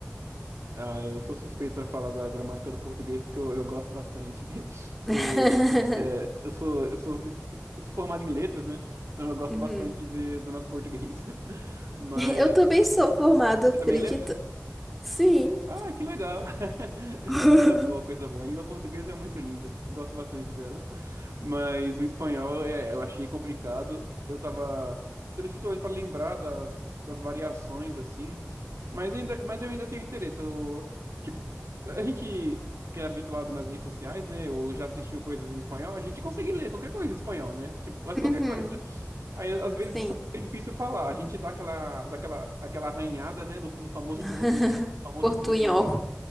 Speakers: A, on the right; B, in the centre.
A: Ah, eu sou suspeito para falar da gramática do português porque eu, eu gosto bastante. <laughs>
B: <laughs>
A: Eu, é, eu sou, eu sou, eu sou formado em letras, né? Então eu gosto
B: Uhum.
A: bastante de- do nosso português. <laughs> Mas
B: Eu também sou formada,
A: você
B: acredita?
A: também é letras?
B: Sim.
A: Ah, que legal. <laughs>
B: <laughs>
A: Coisa boa, coisa boa. A língua portuguesa é muito linda. Eu gosto bastante dela. Mas o espanhol é, eu achei complicado. Eu tava tendo dificuldade para lembrar das, das variações, assim. Mas, ainda, mas eu ainda tenho interesse. Eu, tipo, a gente que é habituado nas redes sociais, né? Ou já assistiu coisas em espanhol, a gente consegue ler qualquer coisa em espanhol, né? Tipo, quase qualquer
B: Uhum.
A: coisa. Aí, às vezes
B: Sim.
A: só é difícil falar. A gente dá aquela, dá aquela aquela arranhada, né, do no famoso
B: <laughs>
A: portunhol, no famoso
B: Portunhol.
A: portunhol.